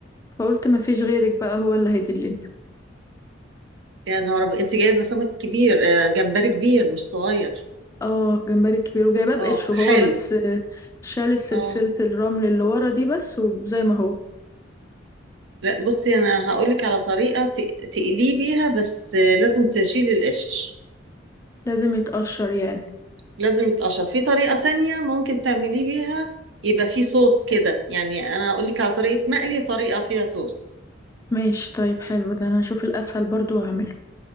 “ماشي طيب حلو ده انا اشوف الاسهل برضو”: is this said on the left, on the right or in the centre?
Left